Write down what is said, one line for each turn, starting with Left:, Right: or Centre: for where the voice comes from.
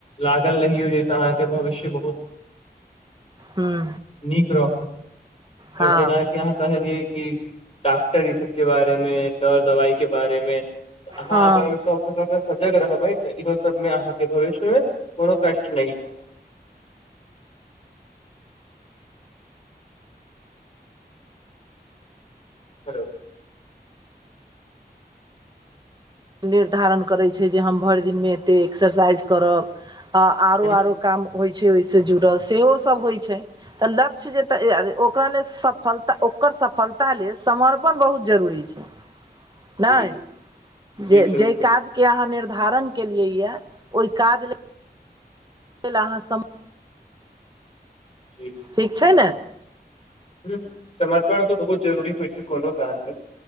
Left: लागल रहियौ जाहिसँ अहाँके भविष्य बहुत
Right: हूँ
Left: नीक रहत आओर
Right: हँ
Left: जेनाक अहाँ कहलियै कि डॉक्टर ई सब के बारे मे दर दवाई के बारे मे अहाँ
Right: हँ
Left: अगर सजग रहब इहो सबमे अहाँके भविष्य मे कोनो कष्ट नहि हेलो
Right: निर्धारण करैत छै जे हम भरि दिनमे एते एक्सरसाइज करब आ आरो
Left: ह
Right: आरो काम होइ छै ओहिसँ जुड़ल सेहो सभ होइत छै तऽ लक्ष्य जे त ओकरा लेल सफलता ओकर सफलता लेल समर्पण बहुत जरूरी छै नहि
Left: जी जी
Right: जे
Left: बिलकुल
Right: जेहि काज के अहाँ निर्धारण केलियै य ओहि काज लय अहाँ सम
Left: जी
Right: ठीक छै ने
Left: हुँ समर्पण तऽ बहुत जरूरी होइ छै कोनो कारण